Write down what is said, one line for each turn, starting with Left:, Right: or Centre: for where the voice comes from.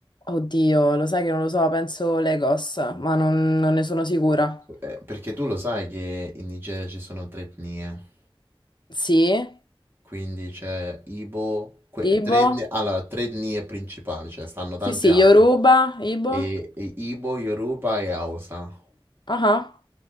Left: Oddio, lo sai che non lo so, penso Legos, ma non, non ne sono sicura.
Right: Eh, perché tu lo sai che in Nigeria ci sono tre etnie,
Left: Sì,
Right: quindi c'è Ibo, que-
Left: Ibo?
Right: tre etnie, allora, tre etnie principali, ce ne stanno tante
Left: Sì, sì,
Right: altre.
Left: Yoruba, Ibo?
Right: E, e Ibo, Yoruba e Hausa.
Left: Ah, ah.